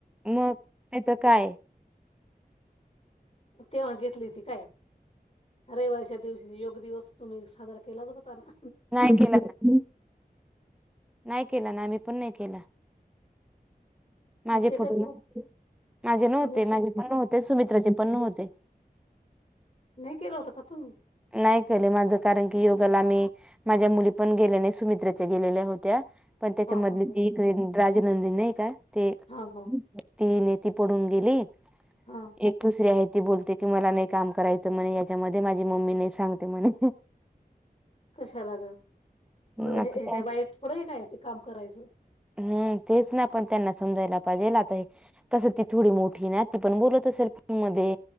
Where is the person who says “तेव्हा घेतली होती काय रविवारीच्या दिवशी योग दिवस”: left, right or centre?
Left